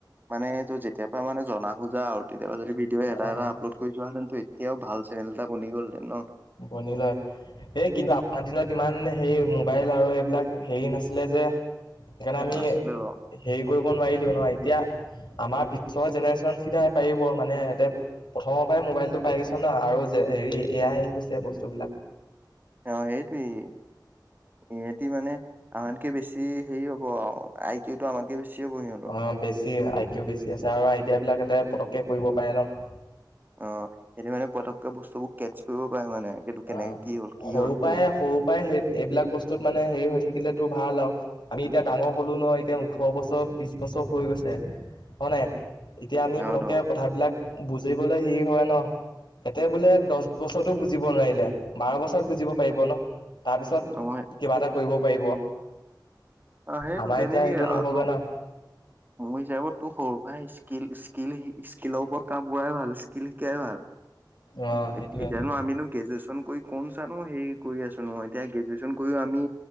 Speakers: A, on the right (about 25°); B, on the left (about 75°).
A: মানে ত যেতিয়া পৰা মানে জনা বুজা আৰু তেতিয়াবা যদি তাতে
B: আহ
A: আপলোড কৰি যোৱাহেতেন এতিয়াও ভাল চেনেল এটা বনি গ'লহতেন ন?
B: বনি লয়, এই কিন্তু আমাৰ দিনত ইমান হেই মোবাইল আৰু এইবিলাক হেৰি নাছিলে যে সেইকাৰণে আমি
A: নাছিলে বাৰু।
B: হেৰি কৰিব নোৱাৰিলো ন, এতিয়া আমাৰ পিছৰ জেনেৰেশ্যন এতিয়া পাৰিব মানে এতিয়া প্ৰথমৰ পৰাই মোবাইলটো পাই গৈছে না, আৰু যে হেৰি এ আই আহি গৈছে যে বস্তুবিলাক।
A: অ সেইটোৱেই, ইহতি মানে আমাতকে বেছি হেৰি হ'ব আৰু আইকিউটো আমাতকে বেছি হ'ব সিহঁতৰ।
B: অ বেছি আইকিউ বেছি আছে আৰু আইডিয়াাবলাক এতে পতককে কৰিব পাৰে ন?
A: অ সেইটো মানে পতককে বস্তুবোৰ কেটচ কৰিব পাৰে মানে।
B: অ
A: সেইটো কেনেকে কি হ'ল কি
B: সৰু
A: হ'ল
B: পৰাই
A: কেনেকে।
B: সৰু পৰাই সে এইবিলাক বস্তুত মানে হেৰি হৈ থাকিলে টো ভাল আৰু আমি এতিয়া ডাঙৰ হলো ন, এতিয়া ওঠৰ বছৰ বিশ বছৰ হৈ গৈছে। হয় নাই এতিয়া আমি
A: সিহঁতৰ
B: পতককে কথাবিলাক বুজ বুজিবলে হেৰি হয় ন, সেতে বোলে দচ বছৰতো বুজিব নোৱাৰি। বাৰ বছৰত বুজিব পাৰিব ন, তাৰপিছত
A: অ'
B: কিবা এটা কৰিব পাৰিব।
A: অ সেইটো
B: আমাৰ
A: তেনেকেই
B: এতিয়া সেইটো নহ'বগৈ
A: আৰু তোৰ,
B: ন।
A: মোৰ হিচাপত তোৰ সৰু ভাই স্কিল স্কিল স্কিলৰ ওপৰত কাম কৰাই ভাল স্কিল শিকাই ভাল।
B: অ' সেইটোৱে,
A: এতিয়ানো আমিনো গ্ৰেজুৱেচন কৰি কৌন চা নো হেৰি কৰি আছো নো এতিয়া গ্ৰেজুৱেন কৰিও আমি